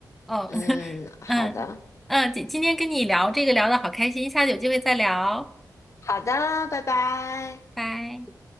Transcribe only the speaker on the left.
嗯，
好的
好的，拜拜。